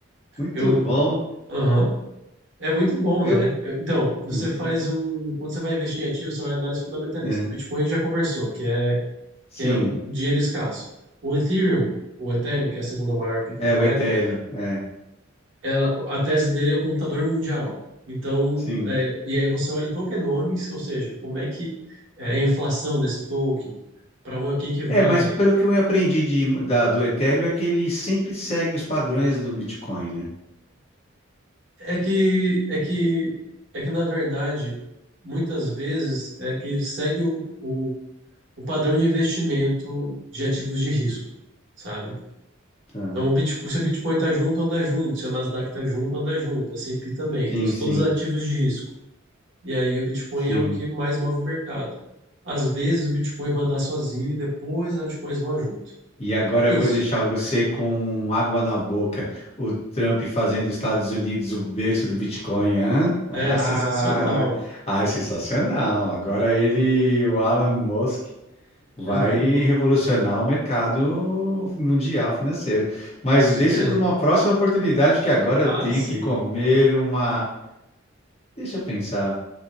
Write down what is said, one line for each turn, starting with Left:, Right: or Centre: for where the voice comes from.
Left: Muito
Right: Eu,
Left: bom.
Right: aham. É muito bom,
Left: Eu,
Right: né? Eu- Então, você
Left: muito.
Right: faz um. Quando você vai investir em ativos, você olha a análise fundamentalista.
Left: É,
Right: Bitcoin já conversou, que é
Left: sim.
Right: que é o dinheiro escasso. O Ethereum, o Ethereum, que é a segunda maior criptomoeda,
Left: É, o Ethereum. É,
Right: ela, a tese dele é o computador mundial. Então,
Left: sim.
Right: é, e aí você olha o tokenomics, ou seja, como é que é a inflação desse token, para onde quem que vai.
Left: É, mas pelo que eu aprendi de, da, do Ethereum é que ele sempre segue os padrões do Bitcoin, né?
Right: É que é que é que na verdade muitas vezes é que segue o, o, o padrão de investimento de ativos de risco, sabe?
Left: Tá.
Right: Então, o Bitcoin, se o Bitcoin está junto, anda junto. Se a Nasdaq está junto, anda junto. A S&P também. Então,
Left: Sim,
Right: são
Left: sim,
Right: todos ativos de risco. E aí, o Bitcoin
Left: sim.
Right: é o que mais move o mercado. Às vezes, o Bitcoin vai andar sozinho e depois as altcoins vão junto.
Left: E agora
Right: É
Left: eu
Right: isso.
Left: vou deixar você com água na boca. O Trump fazendo Estados Unidos o berço do Bitcoin, hã? Ah,
Right: É sensacional.
Left: ah, é sensacional. Agora ele, o Alan Musk, Vai
Right: Uhum,
Left: revolucionar o mercado mundial financeiro. Mas
Right: isso
Left: deixa
Right: mesmo.
Left: para uma próxima oportunidade, porque agora
Right: Ah,
Left: eu tenho
Right: sim.
Left: que comer
Right: O
Left: uma. Deixa eu pensar